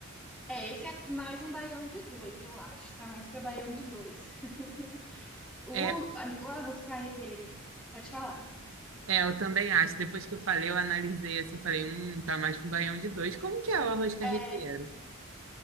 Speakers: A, in the centre; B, on the right (about 70°).
A: é, esse é mais um baião de dois, eu acho, tá mais para baião de dois. <laughs>
B: É,
A: O, a- o arroz carreteiro, pode falar.
B: é, eu também acho. Depois que eu falei, eu analisei assim, eu falei, hum, tá mais pro baião de dois. Como que é o arroz carreteiro?
A: É,